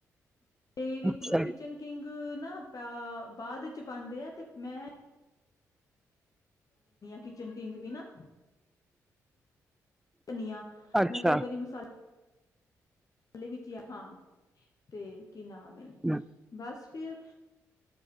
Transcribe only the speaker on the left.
ਤੇ ਵਿੱਚ
ਕਿਚਨ ਕਿੰਗ ਨਾ ਨਾ ਬਾ ਬਾਅਦ ਚ ਪਾਂਦੇ ਆ, ਤੇ ਮੈਂ ਕਿਚਨ ਕਿੰਗ ਵੀ ਨਾ। ਧਨੀਆ
ਮੈਂ ਕਈ ਵਾਰੀ ਮਸਾਲੇ <unintelligible> ਗਲੀ ਵਿੱਚ ਹੀ ਆ ਹਾਂ ਤੇ ਕੀ ਨਾਮ ਏ,
ਬਸ ਫਿਰ